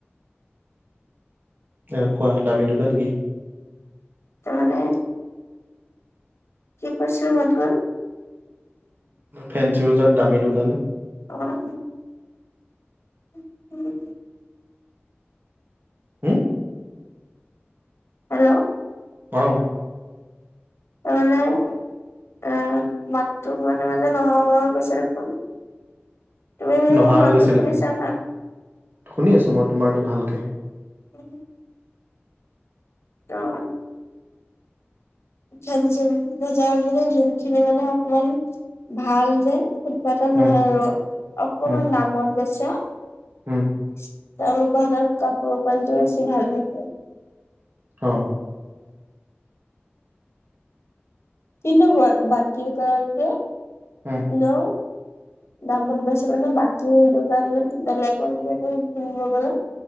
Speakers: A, on the right (about 50°); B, on the left (about 80°).
A: অ', কোৱা দামী দোকান কি।
B: ত' মানে। কি কৈছিলোঁ মই তোমাক।
A: ফেঞ্চি বজাৰত দামী দোকান।
B: অ'। <inaudible>
A: হম।
B: হেল্ল'।
A: অ'।
B: <unintelligible> এ মাততো মাজে- মাজে নহা হৈ গৈছে দেখোন। তুমি মোৰ
A: নহা
B: মাতটো
A: হৈ গৈছে
B: শুনিছা
A: নি,
B: নাই?
A: শুনি আছো মই তোমাৰতো ভালকে।
B: উম <unintelligible> <unintelligible> <unintelligible> বজাৰ <unintelligible> যোনখিনি মানে অকমান ভাল যে। ফুটপাথত
A: উম
B: নহয় আৰু অকমান
A: উম
B: দামত বেচে। তেওঁলোকৰ
A: উম
B: হাতত কাপোৰৰ কোৱালিতি বেছি ভাল থাকে।
A: অ'।
B: কিন্ত বাকী দোকানতকে,
A: উম
B: ইণেও।
A: <inaudible>
B: <unintelligible> বেছি মানে বাকী দোকান বেলেগ <unintelligible> কিনিব গ'লে।